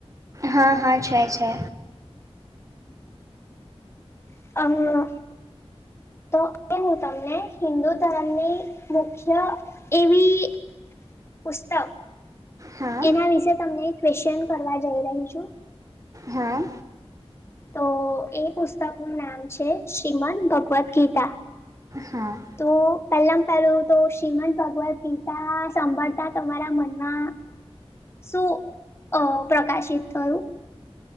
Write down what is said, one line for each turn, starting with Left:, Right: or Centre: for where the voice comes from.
Right: હા હા છે છે.
Left: આમ તો એ હું તમને હિન્દુ ધર્મની મુખ્ય એવી પુસ્તક
Right: હા
Left: એના વિશે તમને એક ક્વેશચન કરવા જઈ રહી છું.
Right: હા.
Left: તો એ પુસ્તક નું નામ છે શ્રીમન ભગવદ્ ગીતા.
Right: હા.
Left: તો પહેલામ પેલું તો શ્રીમંત ભગવદ ગીતા સાંભળતા તમારા મનમાં શું અ પ્રકાશિત થયું.